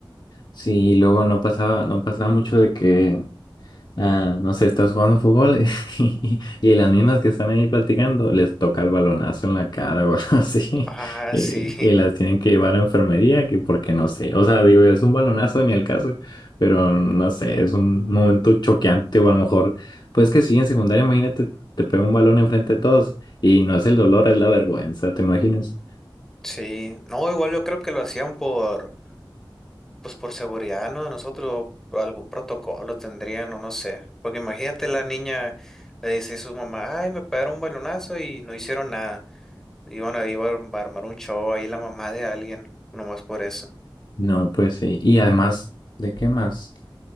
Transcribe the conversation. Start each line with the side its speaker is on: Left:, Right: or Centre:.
Left: Sí, y luego no pasaba, no pasaba mucho de que Ah, no sé, estás jugando fútbol y, <laughs> y las mismas que están ahí platicando les toca el balonazo en la cara <laughs> o algo así
Centre: Ah,
Left: y,
Centre: sí,
Left: y las tienen que llevar a enfermería que porque no sé, o sea, digo, es un balonazo ni el caso, pero no sé, es un momento choqueante o a lo mejor, pues que sí, en secundaria, imagínate, te pega un balón enfrente de todos y no es el dolor, es la vergüenza, ¿te imaginas?
Centre: sí. No, igual yo creo que lo hacían por, pues por seguridad, ¿no? Nosotros algún protocolo tendrían o no sé. Porque imagínate la niña le dice a su mamá, ay, me pegaron un balonazo y no hicieron nada. Iban a, iba a armar un show ahí la mamá de alguien, nomás por eso.
Left: No, pues sí, y además, ¿de qué más?